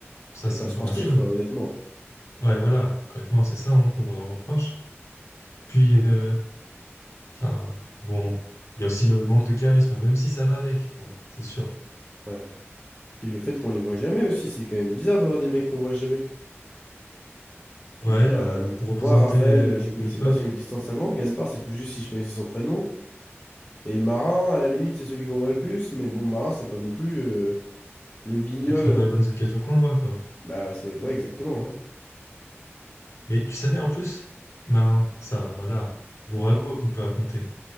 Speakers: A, on the left; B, on the left.
A: Ça,
B: Mais
A: c'est
B: pas
A: une
B: sportif,
A: première chose.
B: quoi, honnêtement.
A: Ouais, voilà, concrètement, c'est ça hein, qu'on leur reproche. Puis, euh, enfin, bon, il y a aussi le manque de charisme, même si ça va avec. Bon, c'est sûr.
B: Ouais. Puis le fait qu'on les voit jamais aussi, c'est quand même bizarre d'avoir des mecs qu'on voit jamais. Je
A: Ouais,
B: veux dire,
A: bah,
B: euh,
A: pour représenter
B: moi, Raphaël,
A: euh,
B: je connaissais
A: le peuple.
B: pas son existence avant. Gaspard, c'est tout juste si je connaissais son prénom. Et Marin, à la limite, c'est celui qu'on voit le plus. Mais bon, Marin, c'est pas non plus euh, le guignol.
A: Pas toujours dans les bonnes occasions qu'on le voit, quoi.
B: Bah, c'est... Ouais, exactement. hein.
A: Mais tu savais en plus, Marin, ça, voilà, vos ragots qu'on peut raconter.